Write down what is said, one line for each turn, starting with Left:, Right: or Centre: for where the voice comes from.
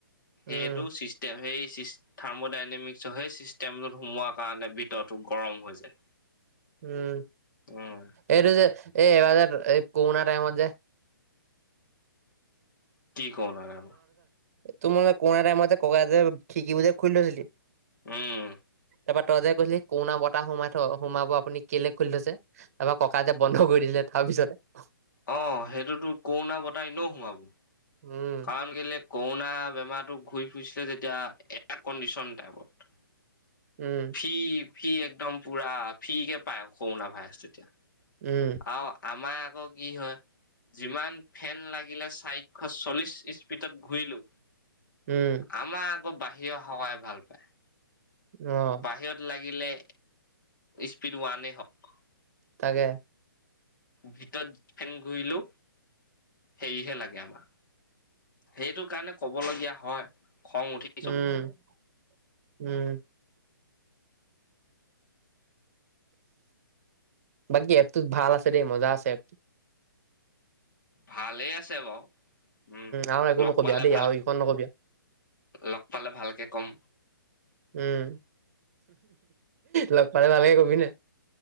Right: উম
Left: সেইটো চিষ্টেম সেই থাৰ্মডাইনেমিক সেই চিচতেমত সোমোৱাৰ কাৰণে ভিততো গৰম হৈ যায়।
Right: উম
Left: উম
Right: এইটো যে এ এ যে কৰোনা টাইমত যে
Left: কি ক নয়ন
Right: তু মানে কৰোনা টাইমতে ককাই খিকিবোৰ যৈ খুলি থৈছিলি।
Left: উম
Right: তাৰপৰা তইজে কৈছিলি কৰোনা বতাহ সোমাই থ সোমাব আপুনি কেলে খুলি থৈছে। তাৰপৰা ককা যে বন্ধ কৰি দিলে তাৰ পিছতে
Left: অ সেইটোতো কৰোণা বতাই এনোহ সোমাব
Right: উম,
Left: কাৰণ কেলে কৰোনা বেমাৰটো ঘূৰি ফুৰিছিলে তেতিয়া এয়াৰ কণ্ডিচন টাইপত
Right: উম,
Left: ফি ফি একদম পুৰা ফি কে পায় কৰোনা ভাইৰাছ তেতিয়া।
Right: উম
Left: আৰু আমাৰ আকৌ কি হয়। যিমান ফেন লাগিলে চাৰিশ চল্লিশ স্পীডত ঘূৰিলো
Right: উম,
Left: আমাৰ আকৌ বাহিৰৰ হাৱাই ভাল পায়।
Right: অ',
Left: বাহিৰত লাগিলে স্পীড ওৱানেই হওক।
Right: তাকে
Left: ভিতৰত ফেন ঘূৰিলো সেৰিহে লাগে আমাৰ সেইটো কাৰণে ক'বলগীয়া হয় খং উঠি
Right: উম,
Left: চব
Right: উম বাকী এপটো ভাল আছে দেই মজা আছে এপটো।
Left: ভালেই আছে বাও। উম
Right: আৰু একো
Left: লগ
Right: নকবি
Left: পালে
Right: আৰু দেই
Left: ভাল
Right: আৰু ইখন নকবি আৰু।
Left: লগ পালে ভালকে কম।
Right: উম লগ পালে ভাল গে কবিনে?